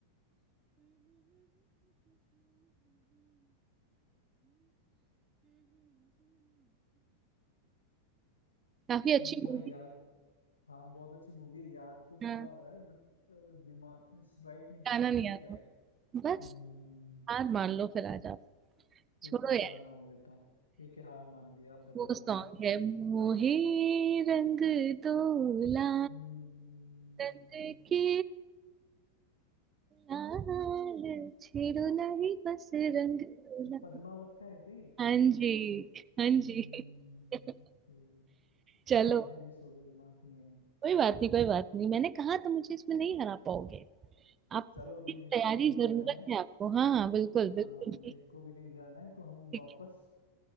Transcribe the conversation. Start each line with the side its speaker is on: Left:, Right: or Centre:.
Right: काफी अच्छी
Left: हम्म,
Right: मूवी
Left: थोड़ा याद हाँ बहुत अच्छी मूवी है याद तो
Right: हाँ
Left: थोड़ा आ रहा है बट दिमाग में स्ट्राइक नहीं कर
Right: गाना
Left: रहा
Right: नहीं
Left: कि
Right: आ
Left: क्या
Right: रहा
Left: है
Right: बस
Left: हम्म,
Right: हार मान लो फिर आज आप
Left: ठीक
Right: छोड़ो
Left: है
Right: यार
Left: हार मान लेता हूँ ठीक है हार मान लिया आप बताओ
Right: वो सॉन्ग
Left: कौन सा सॉन्ग
Right: है
Left: है
Right: मोहे रंग तोला
Left: हम्म
Right: रंग के लाल छेड़ो नहीं बस रंग तोला
Left: पद्मावत का है क्या ये
Right: हाँ जी
Left: पद्मावत है हम्म,
Right: हाँ जी <laughs>
Left: ये
Right: चलो
Left: गाना ही मिस हो गया दिमाग में
Right: कोई बात नहीं कोई बात नहीं मैंने कहा तो मुझे इसमें नहीं हरा पाओगे आप
Left: चलो अभी
Right: की
Left: मेरे
Right: तैयारी
Left: को कहीं जाना
Right: जरूरत
Left: है
Right: है आपको हाँ हाँ बिल्कुल
Left: आ,
Right: बिल्कुल
Left: मेरे
Right: <laughs>
Left: को भी कहीं जाना है तो हम
Right: ठीक
Left: वापस